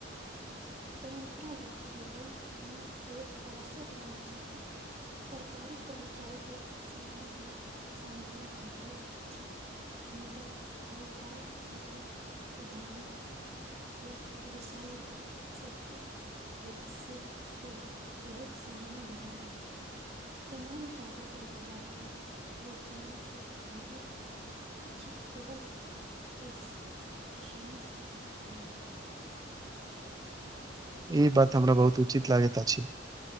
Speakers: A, on the right (about 35°); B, on the right (about 20°).
A: परम्परागत रूपे ई सोच आवश्यक रहल छथि सरकारी कर्मचारी के समाज में सम्मान भेटैत अछि मुदा आइ काल् सफल उधामी या व्यवसायी सबके हेत से सेहो बहुत सम्मान भेटैत अछि समान कागज ईमानदारी या योगदान से भेटत अ केवल प प्रशांत नहि
B: ई बात हमरा बहुत उचित लागैत अछि